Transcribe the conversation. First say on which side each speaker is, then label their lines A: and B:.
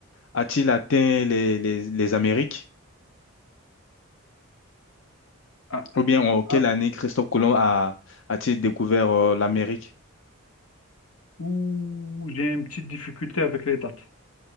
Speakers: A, on the left (about 60°); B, on the left (about 85°).
A: a-t-il atteint les, les, les Amériques?
B: Ah,
A: Ou bien en quelle
B: ah.
A: année Christophe Colomb a, a-t-il découvert euh, l'Amérique?
B: Ouh, j'ai une petite difficulté avec les dates.